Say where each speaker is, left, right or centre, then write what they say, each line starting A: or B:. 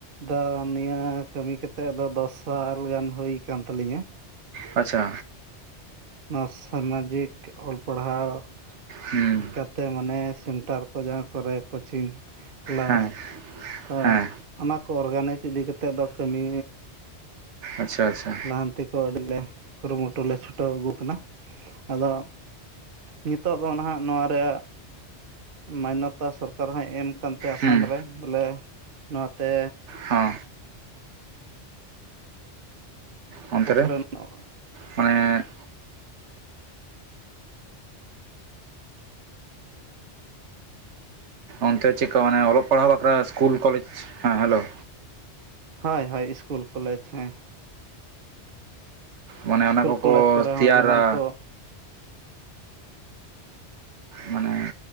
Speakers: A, on the right (about 50°); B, on the right (about 80°).
A: ᱫᱟ ᱱᱤᱭᱟᱹ ᱠᱟᱹᱢᱤ ᱠᱮᱛ ᱛᱮ ᱫᱚ ᱫᱚᱥ ᱥᱟᱞ ᱜᱟᱱ ᱦᱩᱭ ᱠᱟᱱ ᱛᱟᱞᱤᱧᱟ
B: ᱟᱪᱪᱷᱟ
A: ᱱᱚᱣᱟ ᱥᱟᱢᱟᱡᱤᱠ ᱚᱞ ᱯᱟᱲᱦᱟᱣ
B: ᱦᱮᱸ
A: ᱞᱮᱠᱟ ᱛᱮ ᱢᱟᱱᱮ ᱥᱮᱱᱴᱟᱨ ᱠᱚ ᱡᱟᱦᱟᱸ ᱠᱚᱨᱮ ᱠᱳᱪᱤᱝ ᱠᱞᱟᱥ
B: ᱦᱮᱸ
A: ᱛᱚ
B: ᱦᱮᱸ
A: ᱚᱱᱟ ᱠᱚ ᱚᱨᱜᱟᱱᱟᱭᱤᱡᱽ ᱤᱫᱤ ᱠᱟᱛᱮᱜ ᱫᱚ ᱠᱟᱹᱢᱤ
B: ᱟᱪᱪᱷᱟ ᱟᱪᱪᱷᱟ
A: ᱞᱟᱦᱟᱱᱛᱤ ᱠᱚ ᱟᱹᱰᱤ ᱜᱮ ᱠᱩᱨᱩᱢᱩᱴᱩ ᱞᱮ ᱪᱷᱩᱴᱟᱹᱣ ᱟᱜᱩ ᱠᱟᱱᱟ ᱟᱫᱚ ᱱᱤᱛᱳᱜ ᱫᱚ ᱱᱟᱦᱟᱜ ᱱᱚᱣᱟ ᱨᱮ ᱢᱟᱱᱱᱚᱛᱟ ᱥᱚᱨᱠᱟᱨ ᱦᱚᱭ ᱮᱢ ᱠᱟᱱᱛᱮ ᱟᱥᱟᱢ
B: ᱦᱮᱸ
A: ᱨᱮ ᱵᱚᱞᱮ ᱱᱚᱣᱟ ᱛᱮ
B: ᱦᱚᱸ
A: <unintelligible>
B: ᱚᱱᱛᱮ ᱨᱮ ᱢᱟᱱᱮ ᱚᱱᱛᱮ ᱪᱮᱫᱠᱟ ᱢᱟᱱᱮ ᱚᱞᱚᱜ ᱯᱟᱲᱦᱟᱣ ᱵᱟᱠᱷᱨᱟ ᱤᱥᱠᱩᱞ ᱠᱚᱞᱮᱡᱽ ᱦᱮᱸ ᱦᱮᱞᱳ
A: ᱦᱳᱭ ᱦᱳᱭ ᱤᱥᱠᱩᱞ ᱠᱚᱞᱮᱡᱽ ᱦᱮᱸ
B: ᱢᱟᱱᱮ
A: ᱤᱥᱠᱩᱞ
B: ᱚᱱᱟ ᱠᱚᱠᱚ
A: ᱠᱚᱞᱮᱡᱽ ᱠᱚᱨᱮ
B: ᱛᱮᱭᱟᱨᱟ
A: ᱦᱚᱸ ᱡᱮᱢᱚᱱ ᱠᱚ
B: ᱢᱟᱱᱮ